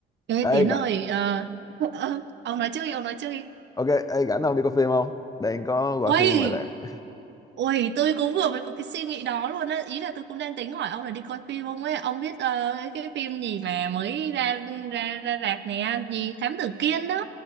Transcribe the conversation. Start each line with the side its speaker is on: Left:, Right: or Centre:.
Right: Ê
Left: Ê
Right: Tiến ơi,
Left: rảnh
Right: ờ, ờ, ờ, ông nói trước đi, ông nói trước đi.
Left: ok ê rảnh không đi coi phim không đang có gọi
Right: Ôi,
Left: phim ngoài rạp
Right: ôi, tôi cũng vừa mới có cái suy nghĩ đó luôn á. Ý là tôi cũng đang tính hỏi ông là đi coi phim không ấy. Ông biết ờ, cái cái phim gì mà mới ra ra ra rạp nè, gì Thám Tử Kiên đó.